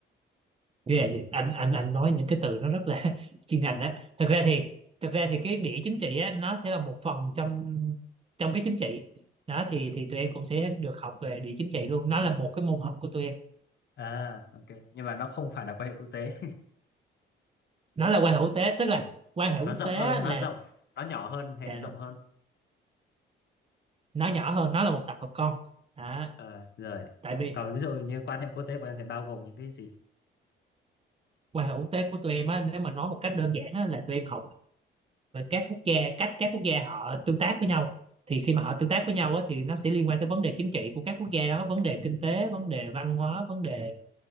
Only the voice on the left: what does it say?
À, ok. Nhưng mà nó không phải là quan hệ quốc tế.
<laughs>
Nó
rộng
hơn,
nó
rộng, nó nhỏ hơn hay
rộng hơn?
Ờ, rồi.
Còn ví dụ như quan hệ quốc tế của em thì bao gồm những cái gì?